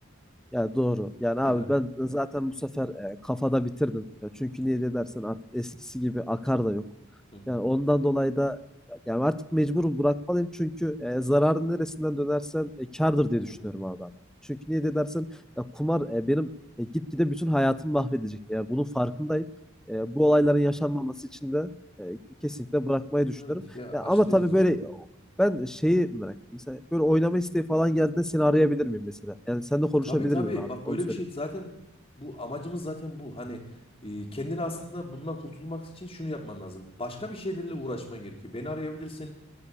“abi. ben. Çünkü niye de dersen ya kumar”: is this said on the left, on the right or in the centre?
Centre